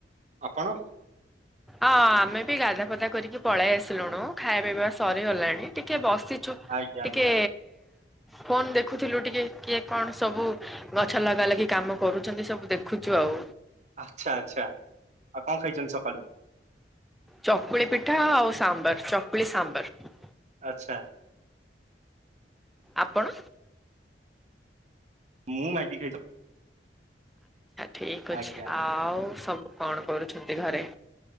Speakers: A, on the right; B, in the centre.
A: ଆପଣ?
B: ଅଁ ଆମେ ବି ଗାଧା ଫଦା କରିକି ପଳେଇ ଆସିଲୁଣିୁ ଖାଇବା ପିଇବା ସରିଗଲାଣି ଟିକେ ବସିଛୁ।
A: ଆଜ୍ଞା
B: ଟିକେ
A: ଆଜ୍ଞା
B: ଫୋନ ଦେଖୁଥିଲୁ ଟିକେ କିଏ କଣ ସବୁ ଗଛ ଲଗା ଲାଗି କାମ କରୁଛନ୍ତି ସବୁ ଦେଖୁଛୁ ଆଉ।
A: ଆଚ୍ଛା ଆଛା ଆଉ କଣ ଖାଇଛନ୍ତି ସକାଳୁ?
B: ଚକୁଳି ପିଠା ଆଉ ସାମ୍ବର ଚକୁଳି ସାମ୍ବର।
A: ଆଛା।
B: ଆପଣ?
A: ମୁଁ ମାଗି ଖାଇ
B: ଠିକ ଅଛି
A: ଆଜ୍ଞା
B: ଆଉ ସବୁ କଣ କରୁଛନ୍ତି ଘରେ?